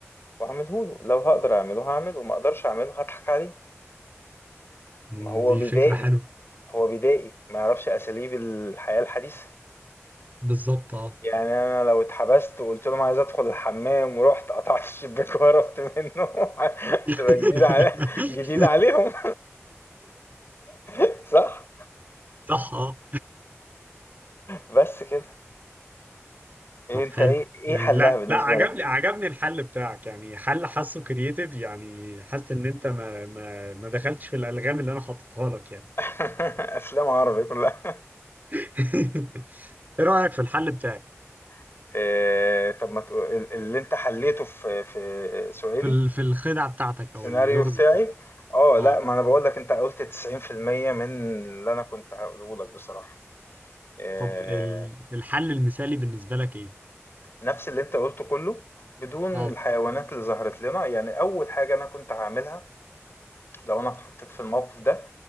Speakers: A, on the left (about 55°); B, on the right (about 35°).
A: واعمله له لو هقدر اعمله هعمله ما اقدرش اعمله هضحك عليه
B: مم،
A: ما هو
B: دي
A: بدائي
B: فكرة حلوة
A: هو بدائي ما يعرفش اساليب الحياة الحديثة
B: بالظبط اه
A: يعني انا لو اتحبست وقلت لهم عايز ادخل الحمام ورحت قطعت الشباك وهربت منه <laughs>
B: <laughs>
A: هتبقى جديدة علي... جديدة عليهم <laughs> صح
B: صح اه
A: بس كده إيه
B: طب
A: انت
B: حلو
A: ايه ايه
B: يعني
A: حلها
B: لا
A: بالنسبة
B: لا عجبني
A: لك
B: عجبني الحل بتاعك يعني حل حاسه كرييتيف يعني حاسس ان انت ما ما ما دخلتش في الالغام اللي انا حاططها لك يعني
A: <laughs> افلام عربي كلها
B: <laughs> ايه رأيك في الحل بتاعي
A: <laughs> إيه طب ما تقول- ال- اللي انت حليته في في سؤالي
B: في ال- في الخدعة بتاعتك
A: السيناريو
B: او اللغز
A: بتاعي اه لا
B: اه
A: ما انا بقول لك انت قلت 90% من اللي انا كنت هقوله لك بصراحة آه،
B: طب ال- الحل المثالي بالنسبة لك ايه؟
A: نفس اللي انت قلته كله بدون
B: اه
A: الحيوانات اللي ظهرت لنا يعني اول حاجة انا كنت هعملها لو انا اتحطيت في الموقف ده